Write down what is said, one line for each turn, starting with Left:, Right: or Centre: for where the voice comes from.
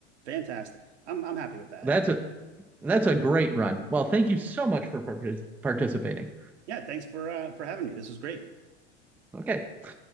Right: Fantastic. I'm I'm happy with that.
Centre: That's a that's a great run. Well, thank you so much for partic- participating.
Right: Yeah, thanks for uh for having me. This was great.
Centre: Okay.